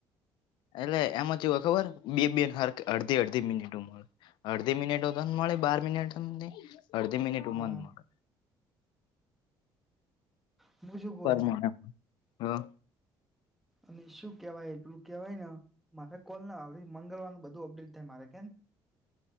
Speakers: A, on the left (about 80°); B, in the centre.
A: એટલે એમાંથી ખબર બે બે અડધી અડધી. ધી મિનિટ મળે અડધી મિનિટો ત મળે બાર મિનિટ. અડધી મિનિટ
B: હા
A: ઉમર માગે.
B: હું શું બોલો
A: મા હા.
B: અને શું કેવાય એટલું કેવાય ને, મારે કોલ ના આવડી મંગળવાર ન બધું અપડેટ થાય મારે કેને.